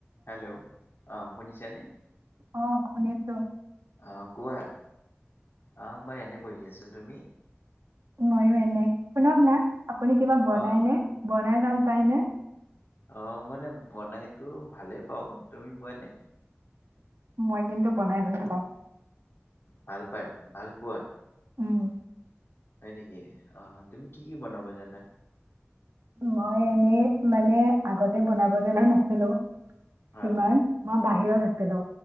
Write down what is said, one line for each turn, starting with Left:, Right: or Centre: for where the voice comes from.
Left: Hello অ' শুনিছানে?
Right: অ', শুনিছোঁ।
Left: অ' কোৱা। অ' মই এনে বহি আছোঁ। তুমি?
Right: ময়ো এনে। শুনক না, আপুনি কিবা বনাইনে,
Left: অ
Right: বনাই ভাল পায় নে?
Left: অ' মানে বনাইতো ভালেই পাওঁ। তুমি পোৱানে?
Right: মই কিন্তু বনাই ভাল পাওঁ।
Left: ভাল পাই, ভাল পোৱা?
Right: উম।
Left: হয় নেকি? অ', তুমি কি কি বনাবা জানা?
Right: মই এনেই মানে আগতে বনাব জনা নাছিলোঁ
Left: হয়
Right: সিমান। মই বাহিৰত আছিলোঁ